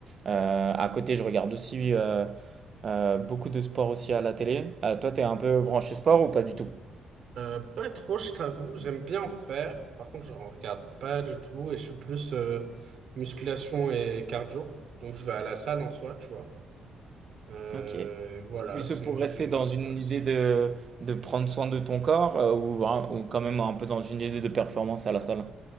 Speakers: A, on the right; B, on the right.
A: Euh, à côté, je regarde aussi euh, euh, beaucoup de sports aussi à la télé. Euh, toi, t'es un peu branché sport ou pas du tout?
B: Euh, pas trop, je t'avoue. J'aime bien en faire. Par contre, je ne regarde pas du tout et je suis plus euh, musculation et cardio. Donc, je vais à la salle en soi, tu vois. Euh,
A: Ok.
B: voilà,
A: Plus
B: sinon
A: pour rester
B: j'ai fait
A: dans
B: un peu
A: une
B: de boxe.
A: idée de, de prendre soin de ton corps euh, ou, vra- ou quand même un peu dans une idée de performance à la salle.